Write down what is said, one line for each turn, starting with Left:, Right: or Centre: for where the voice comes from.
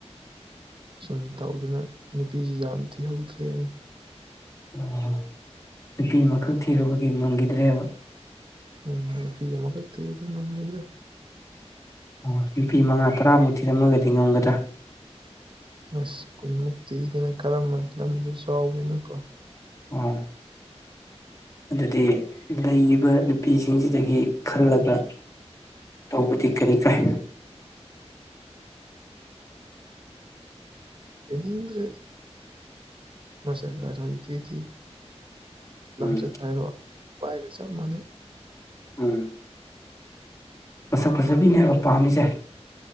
Right: ꯁꯨꯝ ꯇꯧꯗꯅ ꯅꯨꯄꯤꯁꯤ ꯌꯥꯝ ꯊꯤꯍꯧꯗ꯭ꯔꯦꯅ
Left: ꯑꯣ ꯅꯨꯄꯤ ꯑꯃꯈꯛ ꯊꯤꯔꯨꯕꯒꯤ ꯉꯝꯈꯤꯗ꯭ꯔꯦꯕ
Right: ꯎꯝ ꯅꯨꯄꯤ ꯑꯃꯈꯛ ꯊꯤꯔꯨꯕ ꯉꯝꯒꯤꯗ꯭ꯔꯦ
Left: ꯑꯣ ꯅꯨꯄꯤ ꯃꯉꯥ ꯇꯔꯥꯃꯨꯛ ꯊꯤꯔꯝꯃꯒꯗꯤ ꯉꯝꯒꯗ꯭ꯔꯥ
Right: ꯑꯁ ꯀꯨꯟꯃꯨꯛ ꯊꯤꯒꯦꯅ ꯈꯜꯂꯝꯕꯅꯤ ꯂꯝꯁꯨ ꯆꯥꯎꯕꯅꯤꯅꯀꯣ
Left: ꯑꯣ ꯑꯗꯨꯗꯤ ꯂꯩꯔꯤꯕ ꯅꯨꯄꯤꯁꯤꯡꯁꯤꯗꯒꯤ ꯈꯜꯂꯒ ꯇꯧꯕꯗꯤ ꯀꯔꯤ ꯀꯥꯏ
Right: ꯍꯦꯟꯅꯤꯡꯗꯔ꯭ꯦꯗꯥ ꯃꯁꯛ ꯍꯥꯏꯔꯣ ꯏꯊꯤ ꯊꯤ ꯂꯝꯆꯠ
Left: ꯎꯝ
Right: ꯍꯥꯢꯔꯣ ꯚꯥꯢꯒ ꯆꯞ ꯃꯥꯟꯅꯩ
Left: ꯎꯝ ꯃꯁꯛ ꯐꯖꯕꯤꯅꯦꯕ ꯄꯥꯝꯃꯤꯁꯦ